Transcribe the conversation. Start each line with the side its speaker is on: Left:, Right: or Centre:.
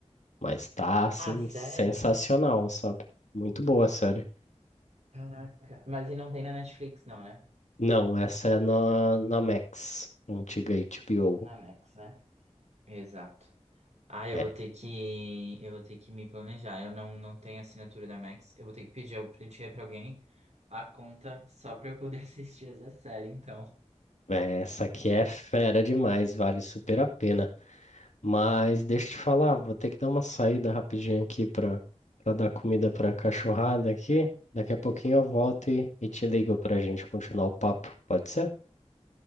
Left: Mas tá, assim,
Right: Ah, sério?
Left: sensacional, sabe? Muito boa a série.
Right: Caraca. Mas e não tem na Netflix, não, né?
Left: Não, essa é na, na Max, antiga HBO.
Right: Na Max, né? Exato. Ah, eu
Left: É,
Right: vou ter que, eu vou ter que me planejar. Eu não, não tenho assinatura da Max. Eu vou ter que pedir, eu pedir para alguém a conta só para eu poder <laughs> assistir essa série, então.
Left: é, essa aqui é fera demais, vale super a pena. Mas deixa eu te falar, vou ter que dar uma saída rapidinho aqui para para dar comida para a cachorrada aqui. Daqui a pouquinho eu volto e, e te ligo para a gente continuar o papo. Pode ser?